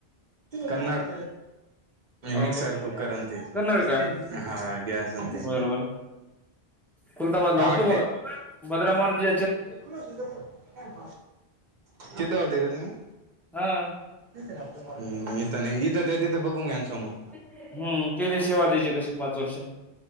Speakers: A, on the right (about 50°); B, in the centre.
A: कन्नड
B: अ
A: मिक्सर कुकर ते
B: कन्नड का?
A: हा गॅस आण ते
B: बरोबर. खुलताबादला
A: काय
B: होतो
A: म्हटले
B: बघा भद्रा मारुती
A: तिथं होते का तुम्ही?
B: हा
A: हम्म इथं नाही तेे तिथं ते बघुन यांना समोर
B: हम्म केली सेवा द्यायची तशी पाच वर्ष